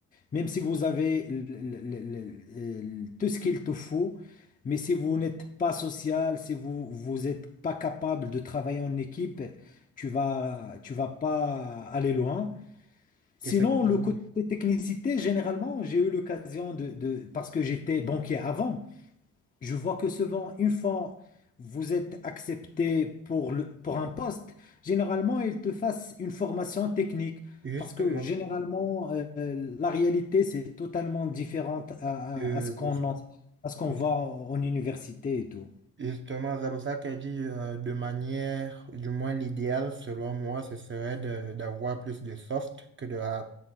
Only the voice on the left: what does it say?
même si vous avez l- l- l- l- tout ce qu'il te faut, mais si vous n'êtes pas social, si vous vous n'êtes pas capable de travailler en équipe, tu vas tu vas pas aller loin. Sinon,
le côté technicité, généralement, j'ai eu l'occasion de, de- parce que j'étais banquier avant. Je vois que souvent, une fois vous êtes accepté pour le, pour un poste, généralement, ils te fassent une formation technique.
Parce que généralement, euh, la réalité, c'est totalement différente à,
à- à ce qu'on
en- à ce qu'on
voit en université et tout.